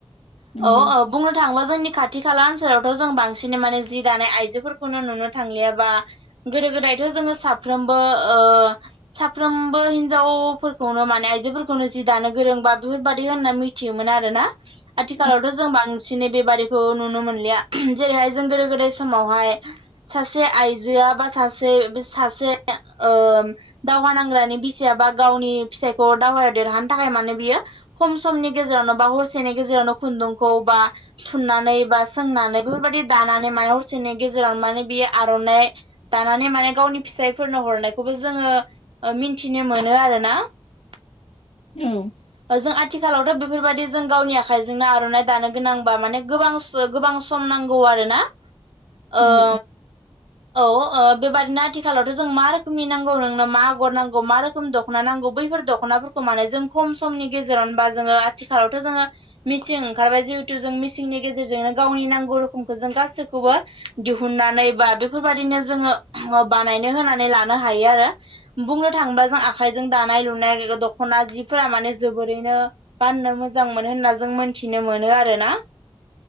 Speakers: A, on the left; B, on the right.
A: नंगौ।
B: औ औ बुंनो थाङोबा जोंनि खाथि खाला ओनसोलावथ' जों बांसिनै माने जि दानाय आइजोफोर खौनो नुनो थांलियाबा गोदो गोदायथ' जोङो साफ्रोमबो ओ साफ्रोमबो हिनजावफोरखौनो माने आइजोफोरखौनो जि दानो गोरोंबा बेफोरबायदि होनना मि मिथियोमोन आरो ना। आथिखालावथ'
A: औ
B: जों बांसिनै बेबादिखौ नुनो मोनलिया जेरैहाय जों गोदो गोदाय समावहाय सासे आइजोआ बा सासे सासे ओ दावहा नांग्रानि बिसिया बा गावनि फिसायखौ दावहायाव देरहानो थाखाय माने बियो खम समनि गेजेरावनो बा हरसेनि गेजेरावनो खुन्दुंखौ बा थुननानै बा सोंनानै बेफोरबायदि दानानै माने हरसेनि गेजेराव माने बियो आर'नाइ दानानै माने गावनि फिसायफोरनो हरनायखौबो जोङो मिन्थिनो मोनो आरो ना। <inaudible>
A: औ।
B: जों आथिखालावथ' बेफोरबायदि जों गावनि आखाइजोंनो आर'नाइ दानो गोनांबा माने गोबां गोबां सम नांगौ आरोना। ओ
A: औ
B: औ। ओ बेबादिनो आथिखालावथ' जों मा रोखोमनि नांगौ नोंनो मा आगर नांगौ मा रोखोम दख'ना नांगौ, बैफोर दख' दख'नाफोरखौ माने जों खम समनि गेजेराव बा जोङो आथिखालावथ' जोङो मिसिं ओंखारबाय जिहेतु जों मिसिंनि गेजेरजोंनो गावनि नांगौ रोखोमखौ जों गासैखौबो। दिहुननानै बा बेफोरबायदिनो जोङो बानायनो होनानै लानो हायो आरो। बुंनो थाङोबा जों आखाइजों दानाय लुनाय दखना जिफोरा माने जोबोरैनो गाननो मोजां मोनो होनना जों मोनथिनो मोनो आरो ना।